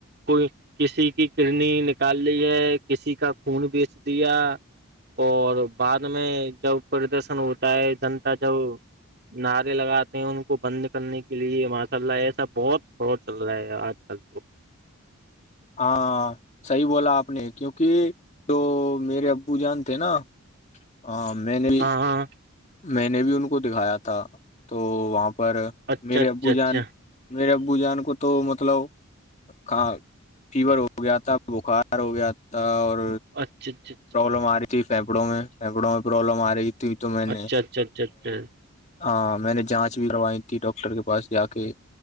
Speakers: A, on the right; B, on the left.
A: کوئی کسی کی کڈنی نکال لی ہے کسی کا خون بیچ دیا اور بعد میں جب پردرشن ہوتا ہے جنتا جب نعرے لگاتے ہیں ان کو بند کرنے کے لیے ماشاء اللہ ایسا بہت فاڈ چل رہا ہے آج کل تو
B: ہاں صحیح بولا آپ نے کیونکہ جو میرے ابو جان تھے نا ہاں میں نے بھی
A: ہاں ہاں
B: میں نے بھی ان کو دکھایا تھا تو وہاں پر
A: اچھا
B: میرے
A: اچھا
B: ابو
A: اچھا
B: جان میرے ابو جان کو تو مطلب اں فیور ہو گیا تھا بخار ہو گیا تھا اور
A: اچھا اچھا
B: پرابلم آ رہی تھی پھیپڑوں میں پھیپڑوں میں پرابلم آ رہی تھی تو میں نے
A: اچھا اچھا اچھا اچھا
B: ہاں میں نے جانچ بھی کروائی تھی ڈاکٹر کے پاس جا کے